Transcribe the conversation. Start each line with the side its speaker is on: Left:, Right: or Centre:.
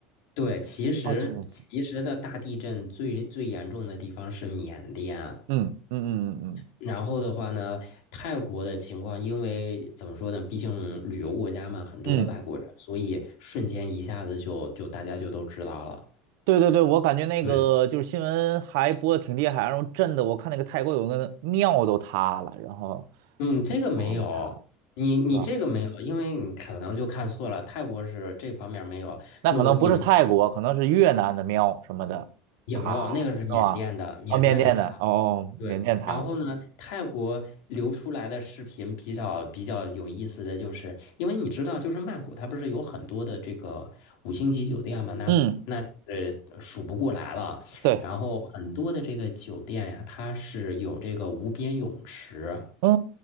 Left: 对，其实其实的大地震最最严重的地方是缅甸，
Right: 哦，就那次，嗯嗯嗯嗯
Left: 然后的话呢，泰国的情况，因为怎么说呢，毕竟旅游国家嘛，很多的外国人，
Right: 嗯嗯，
Left: 所以瞬间一下子就就大家就都知道了。
Right: 对对对，我感觉那个就是新闻还播的挺厉害，
Left: 对，
Right: 然后震的我看那个泰国有个庙都塌了，然后
Left: 嗯，这个没有，
Right: 那房子也塌了，
Left: 你你这个没有，
Right: 是吧？
Left: 因为你可能就看错了，泰国是这方面没有，
Right: 那可能不是泰国，
Left: 就你能
Right: 可能是越南的庙什么的塌，
Left: 也没有，那个是缅甸的，
Right: 是吧？
Left: 缅甸的它
Right: 哦，缅甸的，哦哦，
Left: 对，
Right: 缅甸塌了，
Left: 然后呢，泰国流出来的视频比较比较有意思的就是，因为你知道，就是曼谷它不是有很多的这个五星级酒店嘛，那那呃数不过来了。
Right: 嗯，对。
Left: 然后很多的这个酒店呀，它是有这个无边泳池，
Right: 嗯，